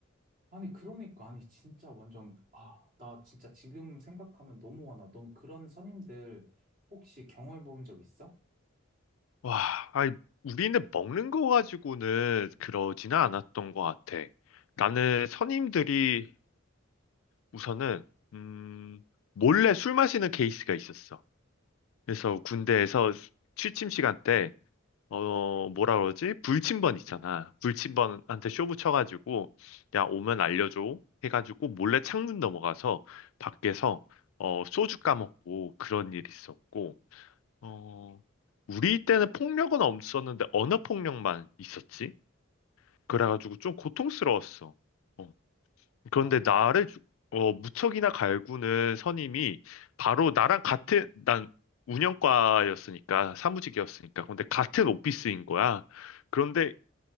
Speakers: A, on the right; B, on the left.
A: 아니, 그러니까, 아니, 진짜 완전, 아, 나 진짜 지금 생각하면 너무 화나. 넌 그런 선임들 혹시 경험해 본 적 있어?
B: 와, 아니, 우리는 먹는 거 가지고는 그러지는 않았던 것 같아. 나는 선임들이 우선은, 음, 몰래 술 마시는 케이스가 있었어. 그래서 군대에서 취침 시간 때, 어, 뭐라 그러지? 불침번 있잖아. 불침번한테 쇼부 쳐가지고, 야, 오면 알려줘. 해가지고 몰래 창문 넘어가서 밖에서, 어, 소주 까먹고 그런 일이 있었고, 어, 우리 때는 폭력은 없었는데 언어 폭력만 있었지. 그래가지고 좀 고통스러웠어. 어. 그런데
A: 아,
B: 나를 주- 어, 무척이나 갈구는 선임이 바로 나랑 같은 난 운영과였으니까 사무직이었으니까 근데 같은 오피스인 거야. 그런데